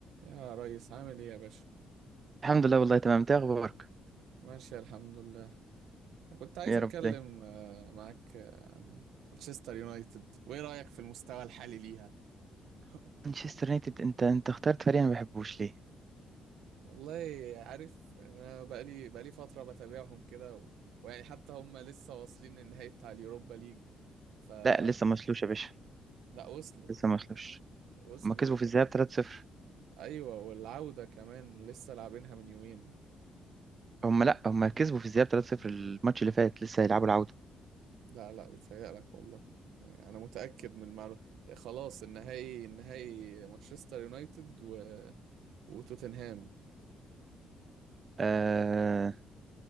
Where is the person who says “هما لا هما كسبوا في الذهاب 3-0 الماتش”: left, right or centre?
Right